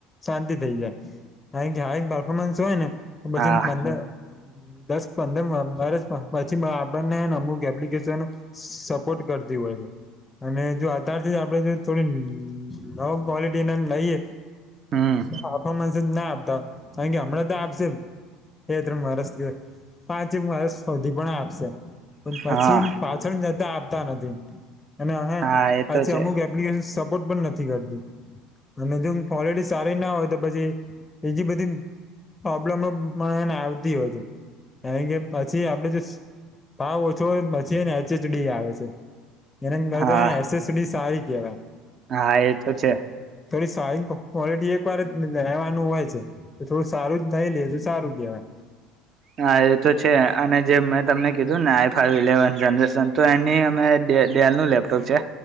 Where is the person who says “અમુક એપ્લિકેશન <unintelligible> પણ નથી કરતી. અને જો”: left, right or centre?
Left